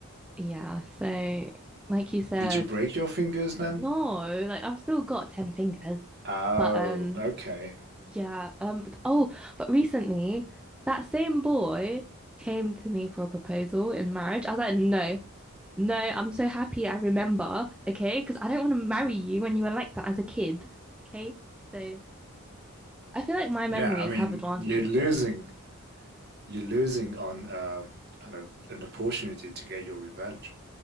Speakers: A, in the centre; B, on the right.
A: yeah. So, like you said
B: Did you break your fingers then?
A: no, like I've still got 10 fingers.
B: Oh,
A: But um
B: okay.
A: yeah, um but- oh, but recently that same boy came to me for a proposal in marriage. I was like, "No. No, I'm so happy I remember, okay? Because I don't want to marry you when you were like that as a kid, okay? So I feel like my
B: Yeah,
A: memories
B: I mean,
A: have advantages
B: you're losing.
A: though.
B: You're losing on uh, on a, an opportunity to get your revenge.